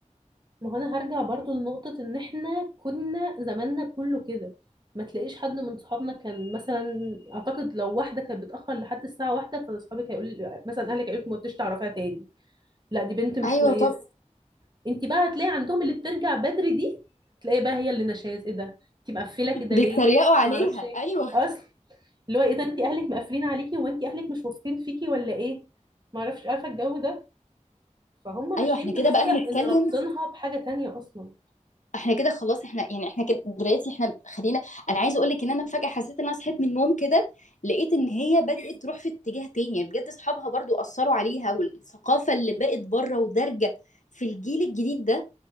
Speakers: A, on the right; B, on the left.
A: ما هو انا هرجع برضو لنقطة ان احنا كنا زماننا كله كده ما تلاقيش حد من صحابنا كان مثلا اعتقد لو واحدة كانت بتأخر لحد الساعة واحدة فاصحابك هيقول مثلا اهلك هيقولك ما تقدريش تعرفيها تاني لا دي بنت مش
B: ايوه
A: كويسة
B: طب
A: انت بقى هتلاقي عندهم اللي بترجع بدري دي تلاقي بقى هي اللي نشاز ايه ده انت مقفلة كده
B: بيتريقوا
A: ليه
B: عليها
A: ما اعرفش ايه
B: ايوه
A: اصل اللي هو ايه ده انت اهلك مقفلين عليكي هو انت اهلك مش واثقين فيكي ولا ايه ما اعرفش عارفة الجو ده فهم
B: ايوه
A: ماشيين
B: احنا كده
A: بمبدأ
B: بقى بنتكلم
A: ان رابطينها بحاجة تانية اصلا
B: إحنا كده خلاص إحنا يعني إحنا كده دلوقتي إحنا خلينا أنا عايزة أقول لِك إن أنا فجأة حسيت إن أنا صحيت من النوم كده لقيت إن هي بدأت تروح في اتجاه تاني يعني بجد أصحابها برضو أثروا عليها والثقافة اللي بقت بره ودارجة في الجيل الجديد ده